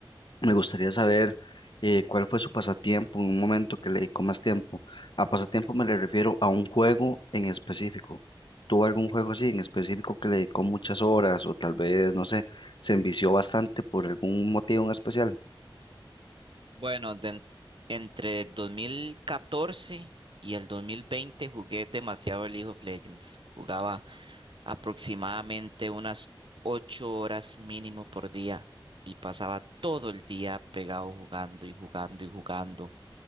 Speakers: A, on the left; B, on the right.
A: me gustaría saber eh, cuál fue su pasatiempo en un momento que le dedicó más tiempo. A pasatiempo me le refiero a un juego en específico. ¿Tuvo algún juego así en específico que le dedicó muchas horas o tal vez, no sé, se envició bastante por algún motivo en especial?
B: Bueno, de- en- entre el 2014 y el 2020 jugué demasiado League of Legends. Jugaba aproximadamente unas 8 horas mínimo por día y pasaba todo el día pegado jugando y jugando y jugando